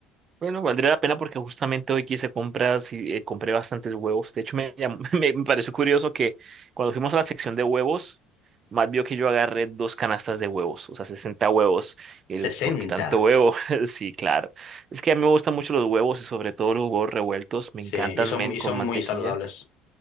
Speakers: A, on the right (about 35°); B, on the left (about 70°).
A: Bueno, valdría la pena porque justamente hoy quise compras y eh, compré bastantes huevos. De hecho, me, llam- <laughs> me, me pareció curioso que cuando fuimos a la sección de huevos, Matt vio que yo agarré dos canastas de huevos, o sea, 60 huevos. El,
B: 60.
A: ¿por qué tanto huevo? <laughs> Sí, claro. Es que a mí me gustan mucho los huevos y sobre todo los huevos revueltos. Me
B: Sí,
A: encantan,
B: y son,
A: men,
B: y
A: con
B: son
A: mantequilla.
B: muy saludables.